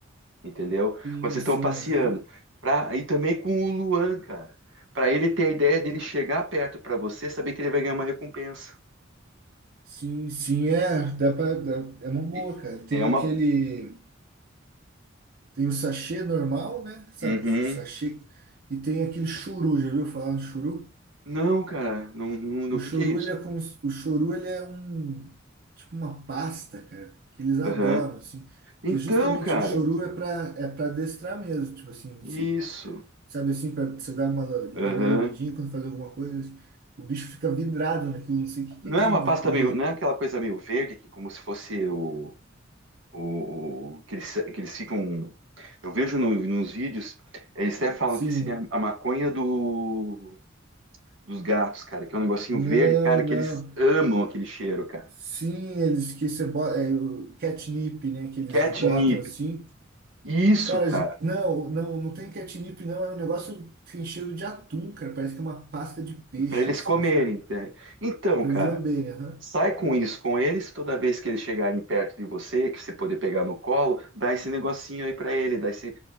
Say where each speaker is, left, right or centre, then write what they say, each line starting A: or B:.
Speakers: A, on the right; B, on the right.
A: entendeu?
B: sim,
A: Quando vocês estão
B: sim,
A: passeando,
B: aham.
A: pra, e também com o Luan, cara, para ele ter a ideia dele chegar perto para você, saber que ele vai ganhar uma recompensa.
B: Sim, sim, é, dá para, é uma boa,
A: E-
B: cara. Tem
A: É uma.
B: aquele, tem o sachê normal, né? Sabe,
A: Uhum.
B: o sachê, e tem aquele churu, já viu falar no churu?
A: Não, cara, não, não, não-
B: O
A: o
B: choru,
A: que que é isso?
B: ele é como, se- o choru, ele é um, tipo uma pasta, cara, que eles adoram,
A: Aham.
B: assim,
A: Então,
B: que é justamente,
A: cara,
B: o choru é pra, é pra adestrar mesmo, tipo assim, você,
A: isso.
B: sabe assim, pra você dar uma, ele
A: Aham.
B: dá uma lambidinha quando faz alguma coisa, assim, o bicho fica vidrado naquilo, não sei o que que
A: Não
B: tem
A: é uma
B: naquilo.
A: pasta meio, não é aquela coisa meio verde que como se fosse o, o, o- que eles, que eles ficam. Eu vejo no- nos vídeos, eles até falam
B: Sim,
A: que seria a maconha do dos gatos, cara, que é um negocinho
B: não,
A: verde, cara,
B: não.
A: que eles amam aquele cheiro, cara.
B: Sim, eles que você bota, é o catnip, né, que eles
A: Catnip.
B: botam assim,
A: Isso,
B: Cara,
A: cara,
B: não, não, não tem catnip, não. É um negócio que tem cheiro de atum, cara. Parece que é uma pasta de peixe,
A: para eles
B: assim,
A: comerem,
B: sabe?
A: entende? Então,
B: É pra
A: cara,
B: eles lamberem, aham.
A: sai com isso com eles, toda vez que eles chegarem perto de você, que você poder pegar no colo, dá esse negocinho aí para ele, dá esse